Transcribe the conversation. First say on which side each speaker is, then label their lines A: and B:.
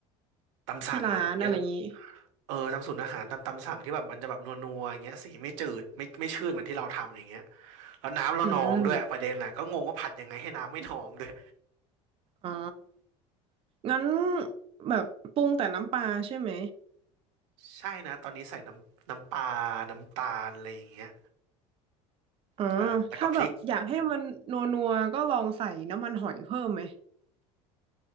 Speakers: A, on the right; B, on the right.
A: ตามสั่งอะไรอย่างเงี้ย
B: ที่ร้านอะไรอย่างงี้
A: เออตามสูตรอาหารตามตามสั่งที่แบบมันจะแบบนัวๆอย่างเงี้ยสีไม่จืดไม่ไม่ชืดเหมือนที่เราทำอย่างเงี้ยแล้วน้ำเรานองด้วยประเด็นน่ะก็งงว่าผัดยังไงให้น้ำไม่นองด้วย
B: อืมอ๋อ
A: อืม
B: งั้นแบบปรุงแต่น้ำปลาใช่ไหม
A: ใช่นะตอนนี้ใส่น้ำน้ำปลาน้ำตาลอะไรอย่างเงี้ย
B: อ๋อ
A: ใช่แล้วก็พริกอืม
B: ถ้าแบบอยากให้มันนัวนัวก็ลองใส่น้ำมันหอยเพิ่มไหม